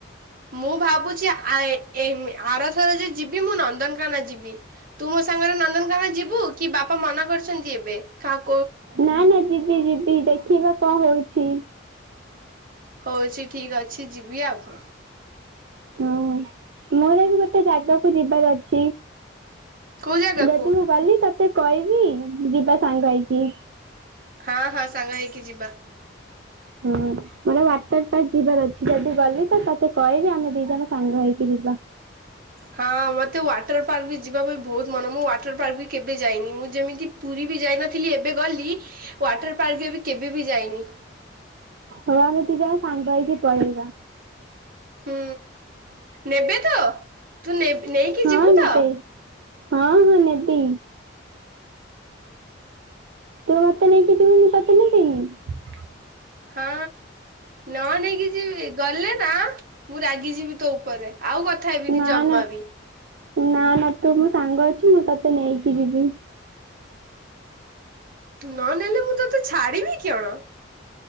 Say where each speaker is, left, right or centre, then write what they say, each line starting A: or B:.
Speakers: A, on the right; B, on the right.
A: ମୁଁ ଭାବୁଛି ଆ ଏ ଆର ଥରେ ଯୋଉ ଯିବି ମୁଁ ନ ନ୍ଦନକାନନ ଯିବି। ତୁ ମୋ ସାଙ୍ଗରେ ନନ୍ଦନ କାନନ ଯିବୁ କି ବାପା ମନ କରୁ ଛନ୍ତି ଏବେ କାହାକୁ
B: ନା ନା ଯିବି ଯିବି ଦେଖିବା କଣ ହଉ ଛି।
A: ହଉଛି ଠିକ ଅଛି ଯିବି ଆଉ କଣ।
B: ହଁ ମୋର ବି ଗୋଟେ ଜାଗାକୁ ଯିବାର ଅଛି।
A: କୋଉ ଜାଗାକୁ
B: ଯଦି ମୁଁ ଗଲି ତତେ କହିବି ଯିବା ସାଙ୍ଗ ହେଇକି।
A: ହଁ ହଁ ସାଙ୍ଗ ହେଇକି ଯିବା।
B: ହୁଁ ମୋର ଓ୍ବାଟର ପାର୍କ ଯିବାର ଅଛି ଯଦି ଗଲି ତ ତତେ ତେ କହିବି ଆମେ ଦି ଜଣ ସାଙ୍ଗ ହେଇକି ଯିବା।
A: ହଁ ମତେ ୱାଟର ପାର୍କ ବି ଯିବା ପାଇଁ ବହୁତ ମନ ମୁଁ ୱାଟର ପାର୍କ ବି କେବେ ଯାଇନି ମୁଁ ଯେମିତି ପୁରୀ ବି ଯାଇନଥିଲି ଏବେ ଗଲି ୱାଟର ପାର୍କ ଏବେ କେବେ ବି ଯାଇନି।
B: ହଉ ଆମେ ଦି ଜଣ ସାଙ୍ଗ ହେଇକି ପଳେଇବା।
A: ହୁଁ ନେବେ ତ ତୁ ନେ ନେଇକି
B: ହଁ
A: ଯିବୁ
B: ନେବେ
A: ତ?
B: ହଁ ହଁ ନେବି। ତୁ ମତେ ନେଇକି ଯିବୁ ମୁଁ ତତେ ନେବିନି।
A: ହଁ ନ ନେଇକି ଯିବି ଗଲେ ନା ମୁଁ ରାଗି ଯିବି ତୋ ଉପରେ। ଆଉ କଥା ହେବିନି
B: ନା
A: ଜମା
B: ନା
A: ବି
B: ନା ନା ତୁ ମୋ ସାଙ୍ଗ ଅଛୁ ମୁଁ ତତେ ନେଇକି ଯିବି।
A: ନ ନେଲେ ମୁଁ ତ ତେ ଛାଡିବି କିଅଣ।